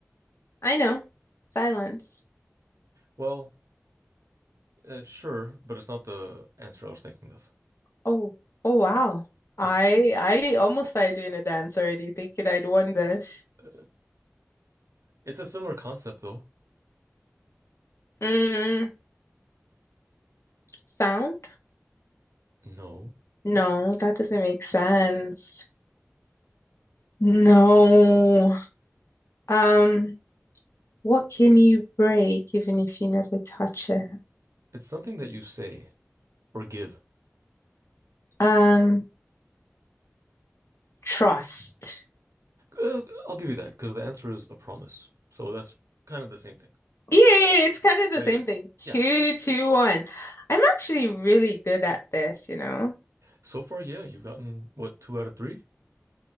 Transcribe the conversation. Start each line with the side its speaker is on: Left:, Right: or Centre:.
Left: I know. Silence.
Right: Well, uh, sure, but it's not the answer I was thinking of.
Left: Oh, oh wow. I
Right: Yeah,
Left: I almost started doing a dance already, thinking I'd won this.
Right: uh, it's a similar concept though.
Left: Mm, sound?
Right: No,
Left: No, that doesn't make sense. No. Um, What can you break even if you never touch it?
Right: it's something that you say or give.
Left: Um, trust.
Right: Uh, I'll give you that because the answer is a promise. So that's kind of the same thing.
Left: Yeah, it's kind of the
Right: There
Left: same
Right: you go.
Left: thing. Two,
Right: Yeah.
Left: two, one. I'm actually really good at this, you know.
Right: So far, yeah, you've gotten what, two out of three?